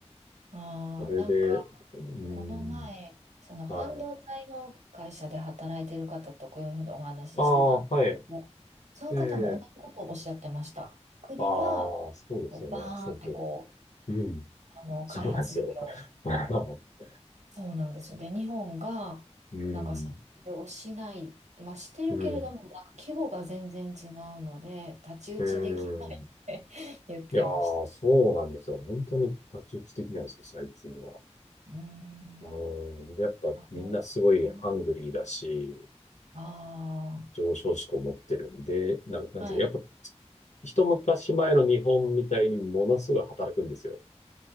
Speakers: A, on the right; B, on the left.
A: あ、
B: それで、
A: なんか、
B: うーん、
A: この前、その半導体の会社で働いてる方とこういうふうにお話ししてたんですけど、
B: はい。ああ、はい。
A: その方も同じことをおっしゃってました。
B: ええ
A: 国が
B: ああ、そうですよね。
A: こうバーンってこう、
B: そうそう。うん。
A: あの、
B: そうなんですよ。
A: 開発費を、
B: <laughs>
A: そうなんですよ。で、日本が、
B: うん。
A: なんかそれをしない、まあ、してるけれども、
B: うん。
A: なんか規模が全然違うので、太刀打ちできないって言ってました。
B: うん。いやー、そうなんですよ。本当に太刀打ち的なんですよ、最近は。
A: うーん。
B: うん。で、やっぱみんなすごいハングリーだし、
A: あ、もう、いなあ
B: 上昇志向持ってるんで、な、なんていうか、
A: あ、はい。
B: やっぱ一昔前の日本みたいにものすごい働くんですよ。